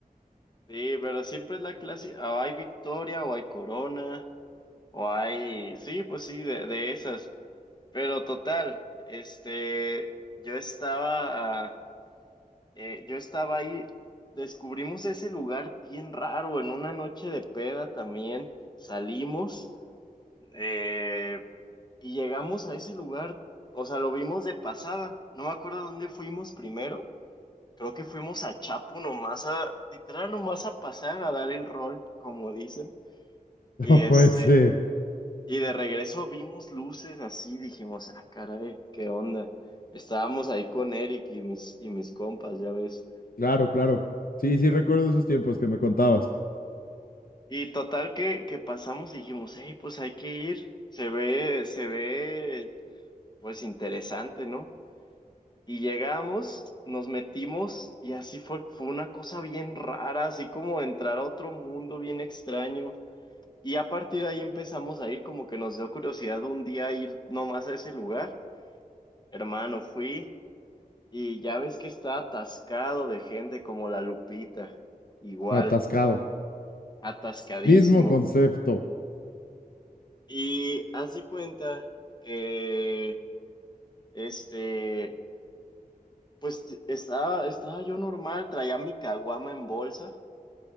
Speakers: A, on the left; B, on the left.
A: Sí, pero siempre es la clase, o hay Victoria, o hay Corona, o hay, sí, pues sí, de, de esas. Pero total, este, yo estaba... Eh, yo estaba ahí, descubrimos ese lugar bien raro en una noche de peda también. Salimos eh, y llegamos a ese lugar, o sea, lo vimos de pasada. No me acuerdo dónde fuimos primero. Creo que fuimos a Chapo nomás a, literal nomás a pasar a dar el rol, como dicen. Y
B: <laughs> No puede
A: este,
B: ser.
A: y de regreso vimos luces así, dijimos, ah, caray, qué onda. Estábamos ahí con Eric y mis, y mis compas, ya ves.
B: Claro, claro. Sí, sí, recuerdo esos tiempos que me contabas.
A: Y total que, que pasamos y dijimos, hey, pues hay que ir, se ve, se ve, pues interesante, ¿no? Y llegamos, nos metimos y así fue, fue una cosa bien rara, así como entrar a otro mundo bien extraño. Y a partir de ahí empezamos a ir, como que nos dio curiosidad un día ir nomás a ese lugar. Hermano, fui y ya ves que está atascado de gente como la Lupita, igual,
B: Atascado.
A: atascadísimo.
B: Mismo concepto.
A: Y haz de cuenta que, este, pues estaba, estaba yo normal, traía mi caguama en bolsa